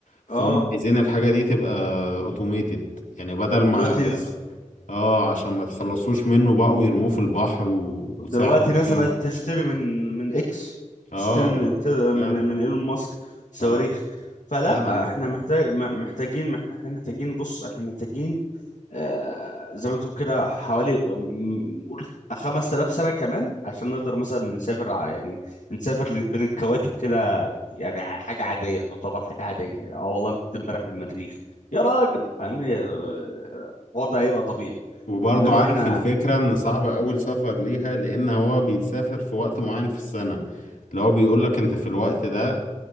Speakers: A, on the left (about 90°); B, on the left (about 70°).
A: فهم
B: اه
A: عايزين الحاجة دي تبقى اوتوميتد يعني بدل ما
B: دلوقتي
A: يخ- اه عشان ما تخلصوش منه بقوا يرموه في البحر و-
B: دلوقتي
A: وسعره يطير
B: ناسا بقت تشتري من من اكس
A: اه
B: تشتري من
A: اه
B: انت- من
A: فعلا
B: من ايلون ماسك صواريخ
A: اه
B: فلا
A: فعلا ده
B: احنا محتاج م- محتاجين مح... احنا محتاجين بص احنا محتاجين آه، زي ما تقول كده حوالي م- قول 5000 سنة كمان عشان نقدر مثلا نسافر ع- يعني نسافر ل- بين الكواكب كده يعني حاجة عادية تعتبر حاجة عادية يعني اه والله أنا كنت امبارح في المريخ يا راجل فاهمني آه، الحوار ده هيبقى طبيعي
A: وبرضه
B: انما
A: عارف
B: احنا
A: الفكرة ان صعب اول سفر ليها لان هو بيتسافر في وقت معين في السنة اللي هو بيقولك انت في الوقت ده